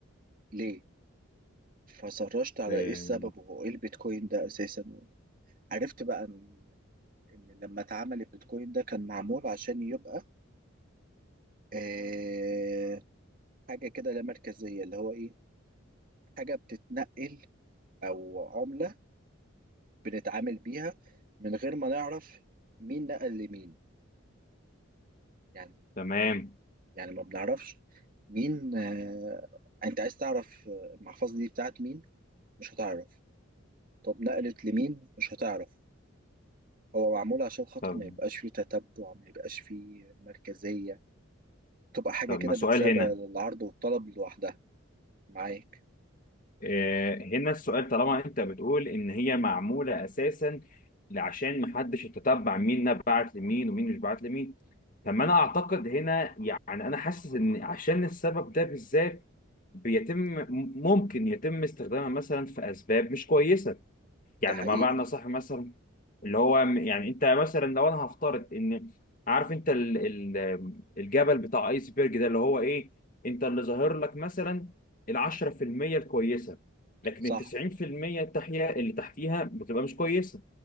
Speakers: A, on the right; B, on the left.
A: ليه؟ فسرشت على
B: اه
A: ايه السبب وهو ايه البيتكوين ده اساسا عرفت بقى ان ان لما اتعمل البيتكوين ده كان معمول عشان يبقى آه حاجه كده لا مركزيه اللي هو ايه حاجه بتتنقل او عمله بنتعامل بيها من غير ما نعرف مين نقل لمين يعني
B: تمام
A: يعني ما بنعرفش مين آه انت عايز تعرف المحفظه دي بتاعت مين مش هتعرف طب نقلت لمين مش هتعرف هو معمول عشان خاطر
B: طب
A: ما يبقاش فيه تتبع ما يبقاش فيه مركزية تبقى حاجة
B: طب
A: كده
B: ما سؤال
A: متسابة
B: هنا
A: للعرض والطلب لوحدها معاك
B: اه هنا السؤال طالما انت بتقول ان هي معمولة اساسا عشان محدش يتتبع مين نبعت لمين ومين مش بعت لمين طب ما انا اعتقد هنا يعني انا حاسس ان عشان السبب ده بالذات بيتم ممكن يتم استخدامها مثلا في اسباب مش كويسة يعني
A: ده حقيقي
B: ما معنى صح مثلا اللي هو م- يعني انت مثلا لو انا هفترض ان عارف انت ال ال الجبل بتاع ايسبرج ده اللي هو ايه انت اللي ظاهر لك مثلا ال 10% الكويسه لكن
A: صح
B: ال 90% التحيه اللي تحتيها بتبقى مش كويسه